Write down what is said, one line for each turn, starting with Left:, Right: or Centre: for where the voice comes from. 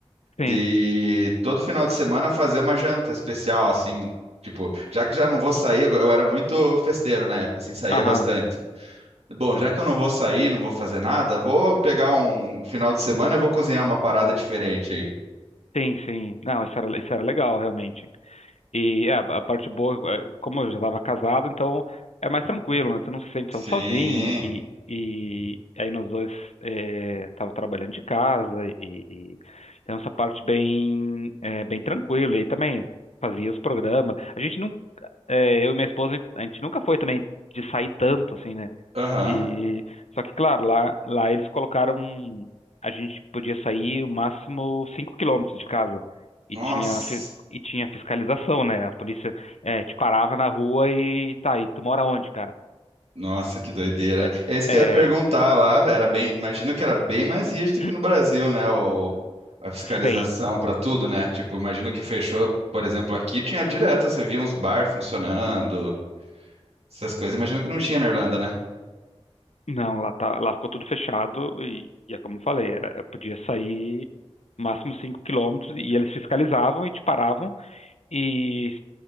Left: Sim,
Right: De todo final de semana fazer uma janta especial, assim. Tipo, já que já não vou sair, eu eu era muito festeiro na época, assim, saía
Left: aham,
Right: bastante. Bom, já que eu não vou sair, não vou fazer nada, vou pegar um final de semana e vou cozinhar uma parada diferente aí.
Left: sim, sim. Não, isso era, isso era legal, realmente. E é, a parte boa, é, como eu já estava casado, então é mais tranquilo, né? Tu não se sente
Right: Sim.
Left: tão sozinho. E, e aí nós dois é, tava trabalhando de casa e, e então essa parte bem é, bem tranquila. E aí também fazia os programas. A gente não, é, eu e minha esposa, a gente nunca foi também de sair tanto assim, né?
Right: Aham.
Left: E só que claro, lá lá eles colocaram um, a gente podia sair o máximo 5 quilômetros de casa e
Right: Nossa.
Left: tinha fi- e tinha fiscalização, né? A polícia eh, te parava na rua e tá, e tu mora onde, cara?
Right: Nossa, que doideira,
Left: É,
Right: né? É isso que
Left: é,
Right: eu ia perguntar lá. Era bem, imagino que era bem mais rígido
Left: <clears throat>
Right: que no Brasil, né? O, a fiscalização
Left: sem.
Right: para tudo, né? Tipo, imagino que fechou, por exemplo, aqui tinha direto, você via uns bar funcionando, essas coisas. Imagino que não tinha na Irlanda, né?
Left: Não, lá tá, lá ficou tudo fechado e, e é como eu falei, era, eu podia sair máximo 5 quilômetros e eles fiscalizavam e te paravam E,